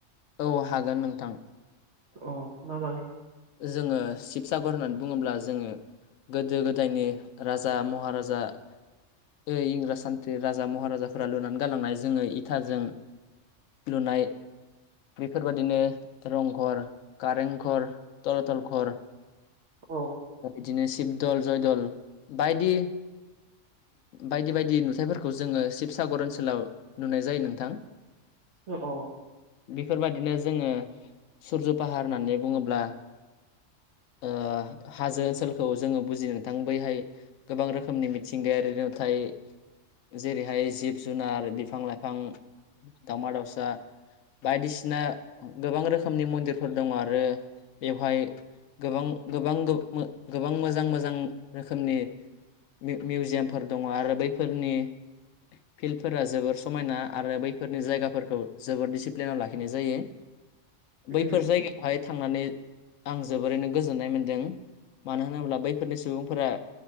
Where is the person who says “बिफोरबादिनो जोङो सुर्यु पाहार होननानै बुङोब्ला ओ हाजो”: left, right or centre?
Left